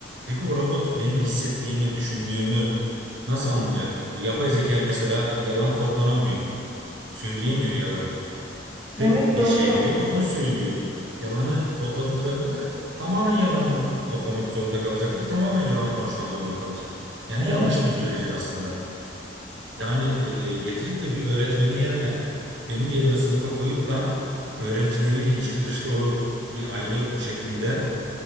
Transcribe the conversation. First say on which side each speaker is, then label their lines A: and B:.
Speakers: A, on the right (about 85°); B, on the right (about 25°).
A: Peki o robot benim hissettiğimi, düşündüğümü nasıl anlayacak? Yapay zeka mesela yalan kodlanamıyor. Söyleyemiyor yalanı. Tek
B: Evet
A: bir
B: doğru.
A: şey biliyor ve onu söylüyor. Yalanı kodladıklarında tamamen yalanı kodlamak zorunda kalacaklar. Tamamen yalan konuşmak zorunda kalacak. Yani
B: Evet
A: yanlış bilgi verecek aslında. Yani e, getirip de bir öğretmenin yerine benim yerime sınıfa koyup da öğrencileriyle içli dışlı olup bir aile şeklinde